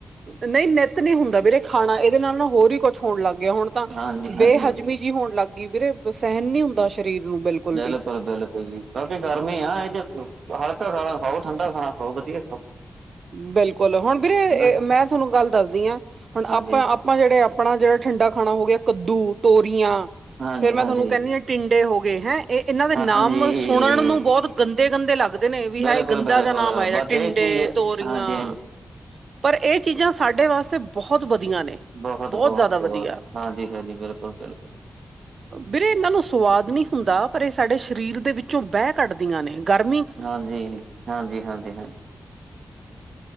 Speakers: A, on the right (about 70°); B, on the right (about 80°).
A: ਨਈਂ ਨਿੱਤ ਨੀਂ ਹੁੰਦਾ ਵੀਰੇ ਖਾਨਾ ਏਦੇ ਨਾਲ ਨਾ ਹੋਰ ਈ ਕੁੱਛ ਹੋਣ ਲੱਗ ਗੇਆ ਹੁਣ ਤਾਂ
B: ਹਾਂਜੀ
A: ਬੇਹਜ਼ਮੀ
B: ਹਾਂਜੀ
A: ਜੀ ਹੋਣ ਲੱਗ ਗਈ, ਵੀਰੇ ਸੈਹਨ ਨੀ ਹੁੰਦਾ ਸ਼ਰੀਰ ਨੂੰ ਬਿਲਕੁਲ
B: ਬਿਲਕੁਲ
A: ਵੀ
B: ਬਿਲ ਬਾਕੀ ਗਰਮੀ ਆ ਏਹ 'ਚ ਹਲਕਾ ਖਾਣਾ ਖਾਓ ਠੰਡਾ ਖਾਣਾ ਖਾਓ ਵਧੀਆ ਖਾਓ।
A: ਬਿਲਕੁਲ ਹੁਨ ਵੀਰੇ
B: ਹਨਾ ਜੀ
A: ਮੈਂ ਤੁਆਨੂੰ ਗੱਲ ਦੱਸਦੀ ਆਂ ਹੁਨ
B: ਹਾਂਜੀ
A: ਆਪਾਂ ਆਪਾਂ ਜੇੜੇ ਆਪਣਾ ਜੇੜਾ ਠੰਡਾ ਖਾਣਾ ਹੋ ਗੇਆ ਕੱਦੂ, ਤੋਰੀਆਂ
B: ਹਾਂਜੀ
A: ਫ਼ੇਰ ਮੈਂ
B: ਹਾਂਜੀ
A: ਤੁਹਾਨੂੰ ਕੈਂਹ ਟਿੰਡੇ ਹੋ ਗਏ, ਹੈਂ ਏਹ ਏਨਾਂ ਦੇ ਨਾਮ
B: ਹਾਂਜੀ
A: ਸੁਣਨ ਨੂੰ ਬੌਤ ਗੰਦੇ -ਗੰਦੇ ਲੱਗਦੇ ਨੇ, ਵੀ
B: ਬਿਲਕੁਲ
A: ਹਾਂ ਏਹ ਗੰਦਾ
B: ਬਿਲਕੁਲ
A: ਜੇਆ ਨਾਮ ਆ ਏਦਾ
B: ਬਟ
A: ਟਿੰਡੇ,
B: ਇਹ ਚੀਜ਼
A: ਤੋ ਤੋਰੀਆਂ,
B: ਹਾਂਜੀ ਹਾਂਜੀ
A: ਪਰ ਏਹ ਚੀਜ਼ਾਂ ਸਾਡੇ ਵਾਸਤੇ ਬੋਹਤ ਵਧੀਆ ਨੇ।
B: ਬੋਹਤ- ਬਹੁਤ,
A: ਜ਼ਿਆਦਾ ਵਧੀਆ
B: ਬੋਹਤ, ਹਾਂਜੀ- ਹਾਂਜੀ, ਬਿਲਕੁਲ -ਬਿਲਕੁਲ।
A: ਬੀਰੇ ਏਨਾਂ ਨੂੰ ਸਵਾਦ ਨੀਂ ਹੁੰਦਾ ਪਰ ਏ ਸਾਡੇ ਸ਼ਰੀਰ ਦੇ ਵਿੱਚੋਂ ਬੈ ਕੱਡਦੀਆਂ ਨੇ, ਗਰ
B: ਹਾਂਜੀ-ਹਾਂਜੀ, ਹਾਂਜੀ- ਹਾਂਜੀ।